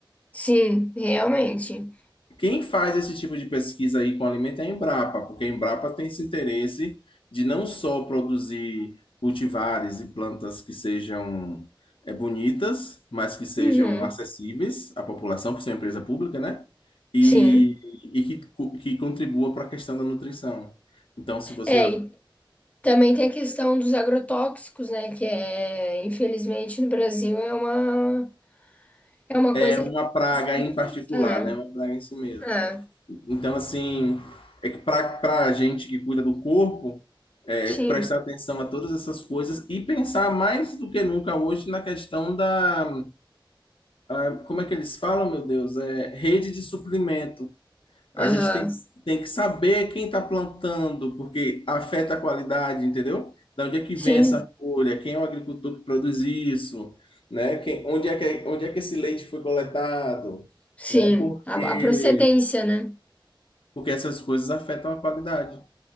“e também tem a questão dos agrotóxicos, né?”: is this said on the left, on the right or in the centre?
Left